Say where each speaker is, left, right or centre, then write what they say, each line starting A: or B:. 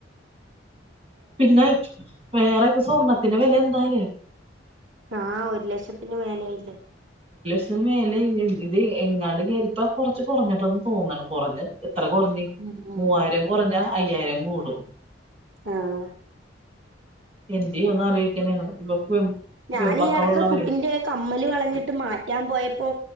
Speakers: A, on the right; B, on the right.
A: പിന്നെ വേറൊ ക്കെ സ്വർണത്തിന്റെ വില എന്താലേ
B: ആഹ ഒരു ലക്ഷത്തിന് മേലെആ യില്ലേ
A: ന് മേലെ ഇത് എങ്ങാട് കേരുത്താ കുറച്ച് കുറഞ്ഞിട്ടന്ന് തോന്നാണ് കുറഞ്ഞ എത്ര കുറഞ്ഞഞ്
B: ഉം ഉം
A: മൂവായിരം കുറഞ്ഞ അയ്യായിരം കൂടും.
B: ആഹ
A: എന്ത്‌ ചെയ്യും എന്ന് ആലോചിക്കന്നെയാണ് ഇപ്പൊ
B: ഞാൻ
A: പെൺമക്കളുള്ളവര്
B: ഈ അടക്ക കുട്ടിന്റെ കമ്മല് വളഞ്ഞിട്ട് മാറ്റാൻ പോയപ്പോ